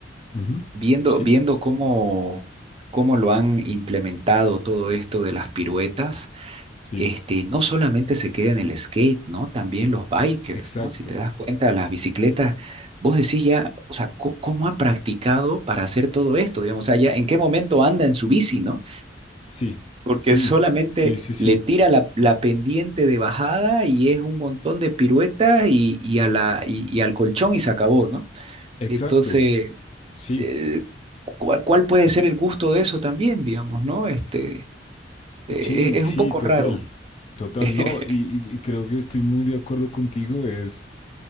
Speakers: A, on the left; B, on the right.
A: Ujú,
B: Viendo,
A: Sí,
B: viendo cómo, cómo lo han implementado todo esto de las piruetas,
A: sí,
B: este, no solamente se queda en el skate, ¿no? También los bikers,
A: exacto.
B: ¿no? Si te das cuenta, las bicicletas, vos decís ya, o sea, co- ¿cómo, ha practicado para hacer todo esto? Digamos, o sea, ya, ¿en qué momento anda en su bici, ¿no?
A: Sí,
B: Porque
A: sí,
B: solamente
A: sí, sí, sí,
B: le tira la, la pendiente de bajada y es un montón de piruetas y, y, a la, y y al colchón y se acabó, ¿no?
A: exacto.
B: Entonces,
A: Sí,
B: eh, ¿cuál, cuál puede ser el gusto de eso también, digamos, ¿no? Este, eh, es,
A: sí,
B: es
A: sí,
B: un poco
A: total.
B: raro.
A: Total,
B: <laughs>
A: no. Y, y- y creo que estoy muy de acuerdo contigo. Es,